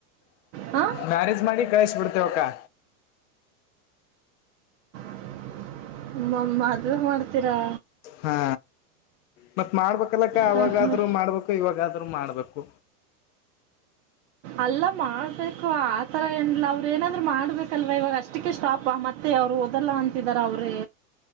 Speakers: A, on the right (about 50°); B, on the left (about 55°).
A: ಹಾ
B: ಮ್ಯಾರೇಜ್ ಮಾಡಿ ಕಳ್ಸ್ ಬಿಿಡ್ತವಕ್ಕಾ
A: <inaudible> ಮ್ಮ ಅದು ಮಾಡ್ತೀರಾ
B: ಹಾ ಮತ್ ಮಾಡ್ಬೇಕಲ್ಲಕ್ಕ ಅವಾಗಾದ್ರೂ
A: ಹಾಂ ಹಾಂ
B: ಮಾಡ್ಬೇಕು ಇವಾಗಾದ್ರೂ ಮಾಡ್ಬೇಕು
A: ಅಲ್ಲ ಮಾಡ್ಬೇಕು ಆತರ ಏನಿಲ್ಲ ಅವ್ರ ಏನಾದ್ರು ಮಾಡ್ಬೇಕಲ್ವಾ ಇವಾಗ ಅಷ್ಟಕ್ಕೆ ಸ್ಟಾಪ್ ಮತ್ತೆ ಮತ್ತೆ ಅವ್ರು ಓದಲ್ಲ ಅಂತಿದಾರ ಅವ್ರೇ